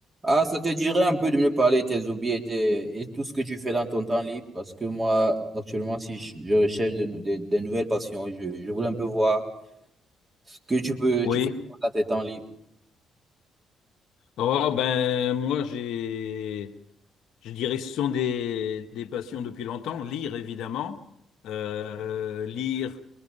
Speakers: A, on the right (about 30°); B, on the left (about 80°).
A: Ah, ça te dirait un peu de me parler de tes hobbies et, tes- et tout ce que tu fais dans ton temps libre, parce que moi, actuellement, si je, je recherche de, nou- des des nouvelles passions, je, je voulais un peu voir ce que tu peux,
B: Oui.
A: tu fais dans tes temps libres.
B: Oh ben moi j'ai je dirais ce sont des, des passions depuis longtemps. Lire évidemment. Euh, lire